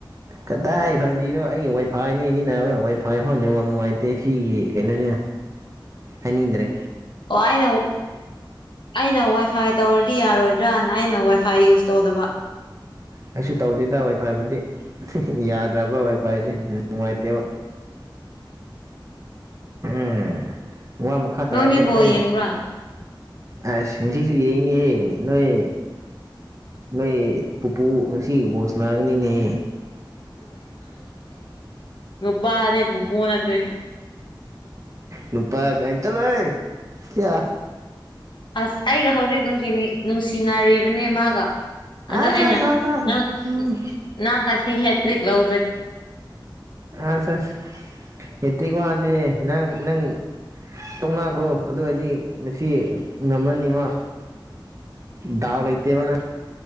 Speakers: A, on the right; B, on the left.
A: ꯀꯗꯥꯏ ꯐꯥꯏꯚ ꯖꯤꯔꯣ ꯑꯩꯒꯤ ꯋꯥꯏꯐꯥꯏꯅꯤ ꯁꯤꯖꯤꯟꯅꯕ ꯋꯥꯏꯐꯥꯏ ꯐꯥꯎꯅꯤꯡꯉꯣ ꯅꯨꯡꯉꯥꯏꯇꯦ ꯁꯤꯒꯤ ꯀꯩꯅꯣꯁꯦ ꯍꯥꯏꯅꯤꯡꯗ꯭ꯔꯦ
B: ꯄꯥꯏꯅ ꯑꯩꯅ ꯋꯥꯏꯐꯥꯏ ꯇꯧꯔꯗꯤ ꯌꯥꯔꯣꯏꯗ꯭ꯔꯅ ꯑꯩꯅ ꯋꯥꯏꯐꯥꯏ ꯌꯨꯁ ꯇꯧꯗꯕ
A: ꯑꯩꯁꯨ ꯇꯧꯗꯦꯗ ꯋꯥꯏ ꯐꯥꯏꯕꯨꯗꯤ ꯌꯥꯗ꯭ꯔꯕ ꯋꯥꯏ ꯐꯥꯏꯁꯦ ꯅꯨꯡꯉꯥꯏꯇꯦꯕ <inaudible> ꯎꯝ ꯋꯥ ꯃꯈꯥ
B: ꯅꯪꯗꯤ
A: ꯇꯥꯔꯁꯦ
B: ꯕꯣꯜ
A: ꯅꯪ
B: ꯌꯦꯡꯕ꯭ꯔꯥ
A: ꯑ ꯉꯁꯤꯁꯨ ꯌꯦꯅꯤ ꯅꯣꯏ ꯅꯣꯏ ꯄꯨꯄꯨ ꯉꯁꯤ ꯕꯣꯁ ꯅꯥꯒꯅꯤꯅꯦ
B: ꯄꯥꯅꯦꯦ ꯏ ꯄ ꯐꯅꯗꯤꯦ
A: ꯅꯨꯄꯥ ꯀꯩꯅ ꯆ ꯅꯣꯏ ꯀ
B: ꯑꯁ ꯑꯩꯒ ꯍꯧꯖꯤꯛ ꯅꯨꯡꯁꯤ ꯅꯨꯡꯁꯤꯅꯔꯤꯕꯅꯦ ꯃꯥꯒ
A: ꯑꯁ
B: ꯑꯗ ꯑꯩꯅ
A: ꯑꯁ ꯑꯁ ꯑꯁ
B: ꯅꯪ
A: ꯎꯝ
B: ꯅꯪ ꯉꯁꯤ ꯍꯦꯇ꯭ꯔꯤꯛ ꯂꯧ
A: ꯑꯁ ꯍꯠꯇꯒ ꯋꯥꯗꯦ ꯅꯪ ꯅꯪ ꯇꯧꯅꯥꯈ꯭ꯔꯣ ꯑꯗꯨꯋꯥꯗꯤ ꯉꯁꯤ ꯉꯝꯃꯅꯤꯃ ꯗꯥꯎ ꯂꯩꯇꯦ ꯃꯥꯅ